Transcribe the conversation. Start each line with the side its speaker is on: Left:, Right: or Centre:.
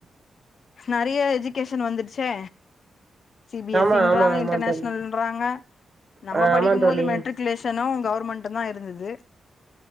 Left: நறைய எஜுகேஷன் வந்துடுச்சே சிபிஎஸ்சின்றாங்க
Right: ஆமா ஆமா ஆமா
Left: இன்டர்நேஷனல்ன்றாங்க
Right: தோழி
Left: நம்ம
Right: ஆ
Left: படிக்கும்
Right: ஆமா தோழி
Left: போது மெட்ரிகுலேஷனும் கவர்மெண்டும் தான் இருந்தது